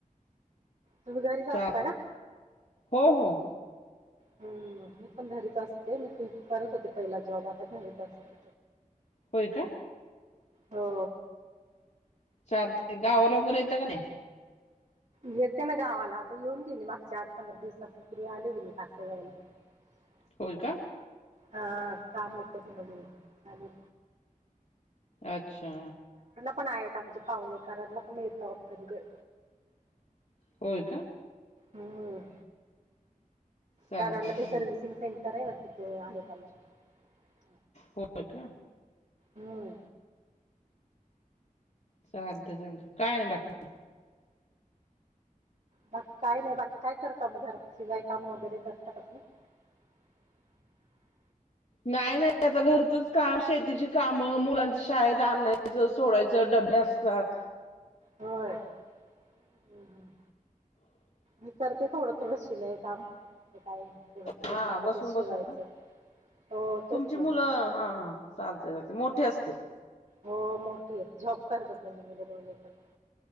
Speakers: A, on the right (about 50°); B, on the left (about 55°).
A: तुम्ही घरीच
B: चाल
A: असत का?
B: हो हो
A: हम्म! मी पण घरीच असते मी करत होते, पहिला जॉब आता घरीच असते.
B: होय का?
A: हो!
B: चार दिवस ते गावाला वगैरे येतं का नाही?
A: येते ना गावाला आता येऊन गेली मागच्या आठ पंधरा दिवसा पूर्वी आले ले मी कासे गावाला. <unintelligible>
B: होय का?
A: हा काम होत थोडं माझे
B: अच्छा.
A: पण आहेत आमचे पाहुणे कराड ला पण आहेत.
B: होय का?
A: हम्म.
B: चालते
A: कराड ते
B: चालते
A: सर्व्हिसिंग सेंटर आहे, मग तिथे आहेत आमचे हे
B: हो का.
A: हम्म
B: चालत चालत काही नाही बाकी
A: बाकी काय नाही बाकी काय करता मग घरात सिलाई काम वगैरे करता का तुम्ही. <unintelligible>
B: नाही नाही आता घरची च काम शेतीची काम मुलांच शाळेत आणायचं सोडायचं ड <unintelligible>
A: होय हम्म मी करते थोडं थोडं शिलाई कायं थोडं थोडं
B: हा
A: स्वतःचच
B: बसून बसून
A: शिवायचं
B: का
A: हो तेच
B: तुमची
A: ना
B: मुलं हा चालते चालते मोठे असतील.
A: हो मोठी ये त जॉब करतच नाहीे मुले दोन पण